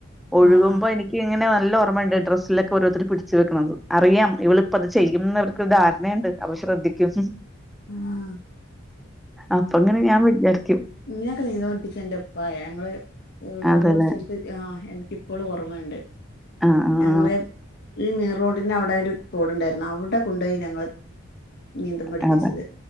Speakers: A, in the centre; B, on the left.
A: ഒഴുകുമ്പോ
B: ആഹ്
A: എനിക്ക് ഇങ്ങന നല്ല ഓർമ്മയുണ്ട് ഡ്രെസ്സിലൊക്കെ ഓരോരുത്തര് പിടിച്ച് വെക്കണത് അറിയാം ഇവളിപ്പൊ അത് ചെയ്യും എന്നവർക്ക് ഒരു ധാരണയുണ്ട് അപ്പൊ ശ്രദ്ധിക്കും
B: ആഹ്
A: അപ്പൊ അങ്ങനെ ഞാൻ വിചാരിക്കും
B: എന്നെയൊക്കെ നീന്താ പഠിപ്പിച്ചെ എന്റെ ഉപ്പായ ഞങ്ങള് എവടോ
A: അതേല്ലേ.
B: ഒരു സ്ഥലത്ത് ആഹ് എനക്കിപ്പോളും ഓർമയുണ്ട്
A: ആഹ് ആഹ്
B: ഞങ്ങളെ ഈ മെയിൻ റോഡിന്റെ അവിടെ ഒരു തോട് ഉണ്ടായിരുന്നു അവിടെ കൊണ്ടോയി ഞങ്ങളെ നീന്താൻ പഠിപ്പിച്ചത്
A: ആ. അതെ.